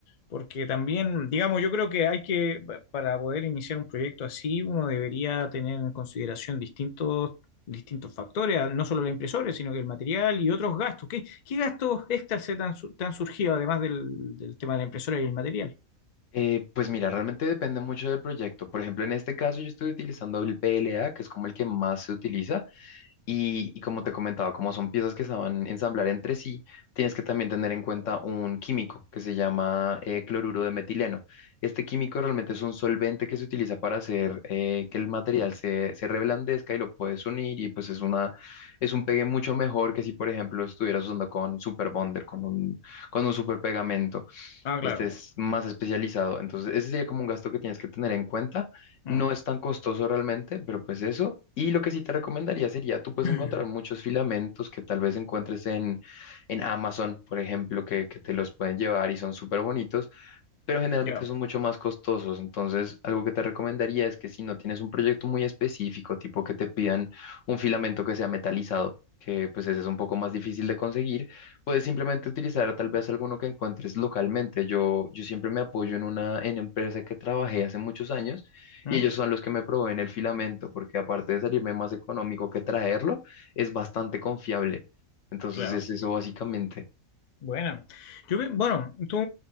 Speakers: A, on the left (about 80°); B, on the left (about 60°).
A: Porque también, digamos, yo creo que hay que, pa- para poder iniciar un proyecto así, uno debería tener en consideración distintos, distintos factores, ah, no solo la impresora, sino que el material y otros gastos. ¿Qué, qué gastos extras se te han, su- te han surgido además del, del tema de la impresora y el material?
B: Eh, pues mira, realmente depende mucho del proyecto. Por ejemplo, en este caso yo estoy utilizando el PLA, que es como el que más se utiliza. Y, y como te comentaba, como son piezas que se van a ensamblar entre sí, tienes que también tener en cuenta un químico que se llama eh, cloruro de metileno. Este químico realmente es un solvente que se utiliza para hacer eh, que el material se, se reblandezca y lo puedes unir y pues es una, es un pegue mucho mejor que si, por ejemplo, estuvieras usando con super bonder, con un, con un super pegamento.
A: Ah, claro.
B: Este es más especializado. Entonces, ese sería como un gasto que tienes que tener en cuenta.
A: Mm.
B: No es tan costoso realmente, pero pues eso. Y lo que sí te recomendaría sería, tú puedes
A: <clears throat>
B: encontrar muchos filamentos que tal vez encuentres en, en Amazon, por ejemplo, que, que te los pueden llevar y son súper bonitos pero generalmente
A: Ya.
B: son mucho más costosos. Entonces, algo que te recomendaría es que si no tienes un proyecto muy específico, tipo que te pidan un filamento que sea metalizado, que pues ese es un poco más difícil de conseguir, puedes simplemente utilizar tal vez alguno que encuentres localmente. Yo, yo siempre me apoyo en una en empresa que trabajé hace muchos años
A: Mm,
B: y ellos son los que me proveen el filamento, porque aparte de salirme más económico que traerlo, es bastante confiable. Entonces
A: Claro.
B: es eso básicamente.
A: Buena. Yo, pi- bueno, tú,